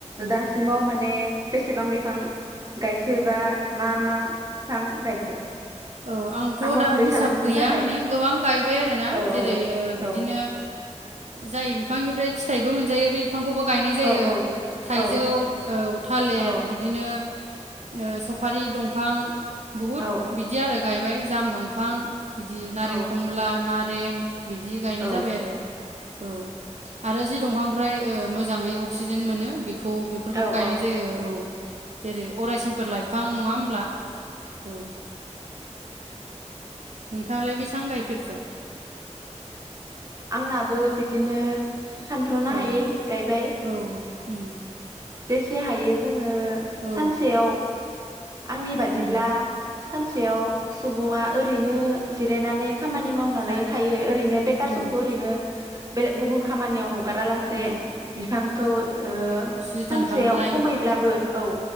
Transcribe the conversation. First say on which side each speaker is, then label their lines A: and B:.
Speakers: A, on the right; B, on the right.
A: उम
B: दासिमाव माने बेसेबां बिफां गायखो बा मा मा बिफां गायखो
A: औ आंथ'
B: आबहावाखौ
A: दा
B: रैखा
A: हिसाब
B: लाखिनो
A: गैया
B: थाखाय
A: माने गोबां गायबाय आरोना
B: औ
A: जेरै बिदिनो
B: औ
A: जाय बिफांनिफ्राय फिथाइबो मोनजायो बे बिफांखौबो गायनाय जायो
B: औ
A: थाइजौ
B: औ
A: औ थालिर
B: औ
A: बिदिनो ओ सफारि दंफां बुहुद
B: औ
A: बिद बिदि आरो गायबाय जाम दंफां बिदि नारें
B: औ
A: खमला ना रें बिदि गायनाय
B: औ
A: जाबाय आरो औ आरो जि दंफांनिफ्राय मोजाङै अक्सिजेन मोनो बेख खौ बेफोरखौबो
B: औ
A: गायनाय जायो औ जेरै अरायसोमखोर लाइफां आं नंङा होमब्ला औ नोंथाङालाय बेसेबां गायफेरखो?
B: आंनाबो बिदिनो सानथ्रनो
A: औ
B: हायै गायबाय
A: औ उम
B: जेसे हायो जोङो
A: औ
B: सानसेयाव आंनि बादिब्ला
A: उम
B: सान सानसेयाव सुबुङा ओरैनो जिरायनानै खामानि मावनानै
A: था
B: थायो ओरैनो बेखार
A: औ
B: समखौ ओरैनो बेलेग गुबुन खामानियाव ह गारा लासे
A: औ
B: बिफांखौ ओ
A: जोथोन
B: सानसेयाव
A: खालामनाय
B: हमैब्लाबो औ